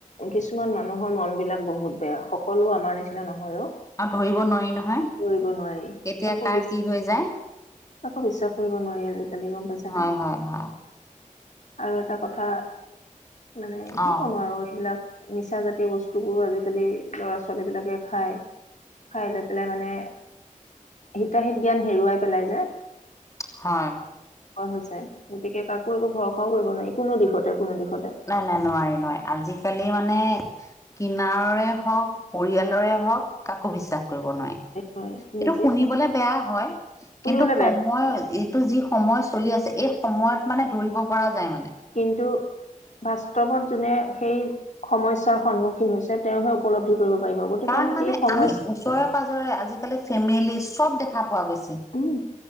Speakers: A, on the left (about 60°); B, on the left (about 20°).
A: কিছুমান মানুহ মানুহৰ মন বিলাক বহুত বেয়া সকলো আমাৰ নিচিনা নহয়। ময়ো,
B: আৰু ধৰিব নোৱাৰি নহয়
A: কৰিব নোৱাৰি
B: কেতিয়া
A: কাকো
B: কাৰ
A: বিচ,
B: কি হৈ যায়
A: কাকো বিশ্বাস কৰিব নোৱাৰি, আজিকালি গম পাইছ
B: হয়
A: নে।
B: হয় হয়
A: আৰু এটা কথা মানে কি
B: অ
A: ক'ম আৰু এইবিলাক নিচা জাতীয় বস্তুবোৰো আজিকালি ল'ৰা ছোৱালী বিলাকে খাই, খাই লৈ পেলাই মানে হিতাহিত জ্ঞান হেৰুৱাই পেলাই যে।
B: হয়।
A: হৈছে গতিকে কাকো একো ভৰষ ষাও কৰিব নোৱাৰি কোনো দিশতে কোনো দিশ
B: নাই, নাই, নোৱাৰি-নোৱাৰি আজিকালি। এ মানে। কিনাৰৰে হওক। পৰিয়ালৰে হওঁক। কাকো বিশ্বাস কৰিব নোৱাৰি
A: নোৱাৰি
B: এইটো
A: নিজে
B: শুনিবলে বেয়া হয়
A: শুনিবলৈ
B: কিন্তু সময়
A: বেয়া
B: যি সময় চলি আছে এই সময়ত মানে ধৰিব পৰা যায় মানে
A: কিন্তু বাস্তৱত যোনে সেই সমস্যাৰ সন্মুখীন হৈছে তেওঁহে উপলব্ধি কৰিব পাৰিব গতিকে
B: কাৰণ
A: আমি
B: মানে
A: সেই সমস্যা
B: আমি ওচৰেৰে-পাজৰে আজিকালি ফেমিলি চব দেখা পোৱা গৈছে।
A: উম